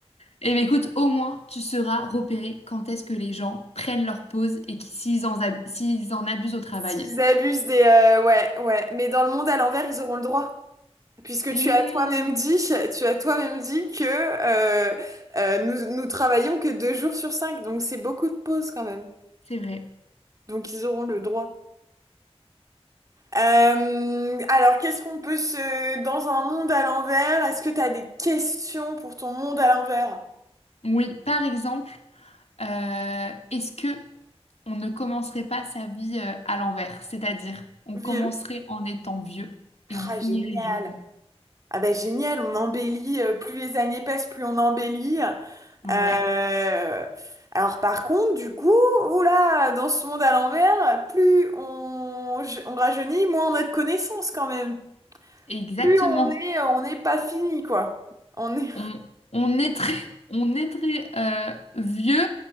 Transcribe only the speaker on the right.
S'ils abusent des... euh, ouais, ouais. Mais dans le monde à l'envers, ils auront le droit. Puisque
tu as toi-même dit, <laughs> tu as toi-même dit que euh, euh, nous, nous travaillons que deux jours sur cinq. Donc, c'est beaucoup de pauses quand même.
Donc, ils auront le droit. Euh, alors, qu'est-ce qu'on peut se... Dans un monde à l'envers, est-ce que tu as des questions pour ton monde à l'envers,
vieux?
Ah, génial.
Ah bah génial, on embellit, euh, plus les années passent, plus on embellit.
Euh, Alors par contre, du coup, oula, dans ce monde à l'envers, plus on, on rajeunit, moins on a de connaissances quand même.
Plus on est, euh, on n'est pas fini, quoi. On est... <laughs>